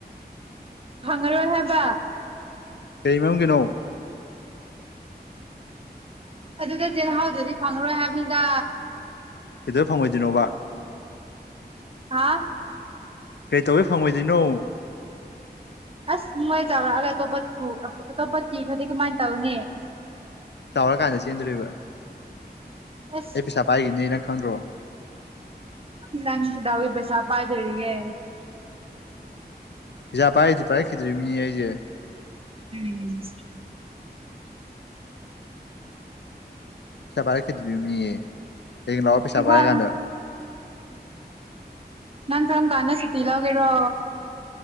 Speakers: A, on the right (about 35°); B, on the left (about 85°).
A: ꯐꯪꯉꯔꯣꯏ ꯍꯥꯏꯕ
B: ꯀꯩ ꯃꯔꯥꯡꯒꯤꯅꯣ
A: ꯑꯗꯨꯗ ꯆꯤꯍꯥꯎꯗꯨꯗꯤ ꯐꯪꯉꯔꯣꯏ ꯍꯥꯏꯕꯅꯤꯗ
B: ꯀꯇ ꯐꯪꯉꯣꯏꯗꯣꯏꯅꯣꯕ
A: ꯍꯥꯥ
B: ꯀꯩ ꯇꯧꯕꯩ ꯐꯪꯉꯣꯏꯗꯣꯏꯅꯣ
A: ꯑꯁ ꯃꯣꯏ ꯆꯥꯎꯔꯛꯑꯒ ꯑꯇꯣꯞꯄ ꯑꯇꯣꯞꯄ ꯀꯤ ꯍꯥꯏꯗꯤ ꯀꯃꯥꯏꯅ ꯇꯧꯅꯦ
B: ꯆꯥꯎꯔꯀꯥꯟꯗ ꯆꯦꯟꯗꯣꯔꯤꯕ
A: ꯑꯁ
B: ꯑꯩ ꯄꯩꯁꯥ ꯄꯥꯏꯈꯤꯅꯤ ꯅꯪ ꯐꯪꯗ꯭ꯔꯣ
A: ꯅꯪꯁꯤꯗꯎꯕꯁꯕ ꯍꯥꯏꯗꯦ <unintelligible>
B: ꯄꯩꯁꯥ ꯄꯥꯏꯗꯨ ꯄꯥꯏꯔꯛꯈꯤꯗꯣꯏ ꯃꯤꯅꯤ ꯑꯩꯁꯦ
A: ꯎꯝ
B: ꯄꯩꯁꯥ ꯄꯥꯏꯔꯛꯈꯤꯗ꯭ꯔꯤ ꯃꯤ ꯍꯌꯦꯡ ꯂꯥꯛꯑꯣ ꯄꯤꯁꯥ ꯄꯥꯏꯔ
A: ꯍꯥ
B: ꯀꯥꯟꯗ
A: ꯅꯪ ꯀꯝ ꯀꯥꯟꯘ ꯁꯨꯇꯤ ꯂꯧꯒꯦꯔꯣ